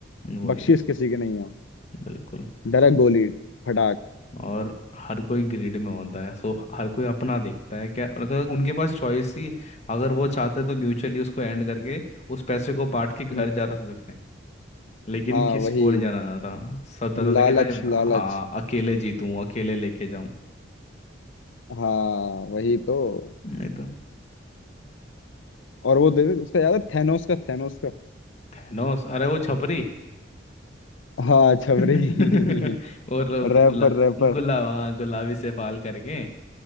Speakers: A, on the left (about 35°); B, on the left (about 75°).
A: वही
B: बख्शीश किसी की नहीं है
A: बिल्कुल
B: डायरेक्ट गोली फटाक
A: और हर कोई ग्रीड में होता है सो हर कोई अपना देखता है क्या और अगर उनके पास चॉइस थी अगर वो चाहते तो म्यूचुअली उसको एंड करके उस पैसे को बांट के
B: हम्म।
A: घर जा सकते थे लेकिन
B: हाँ
A: किसी
B: वही
A: को नहीं जाना था सब चाहता
B: लालच
A: था कि हाय
B: लालच
A: हाँ अकेले जीतूं अकेले लेके जाऊं
B: हाँ वही तो
A: नहीं तो
B: और वो देखे उसका याद है थैनोस का थैनोस का
A: थैनोस अरे वो छपरी
B: हाँ
A: <laughs>
B: छबरी <laughs>
A: और वो
B: Wrapper
A: कि गुला
B: rapper
A: गुला हाँ गुलाबी से बाल करके